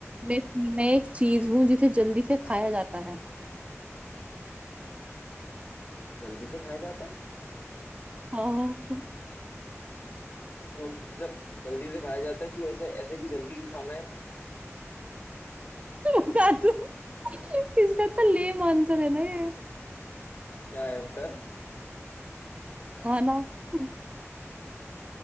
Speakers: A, on the right; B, on the left.
A: मैं, मैं एक चीज हूँ जिसे जल्दी से खाया जाता है
B: जल्दी से खाया जाता है
A: हाँ <laughs>
B: ये कौन सी- मतलब जल्दी से खाया जाता है क्यों ऐसे ऐसे कि जल्दी क्यों खाना है
A: बता दो इसका तो लेम आंसर है ना ये
B: क्या है उत्तर
A: खाना <laughs>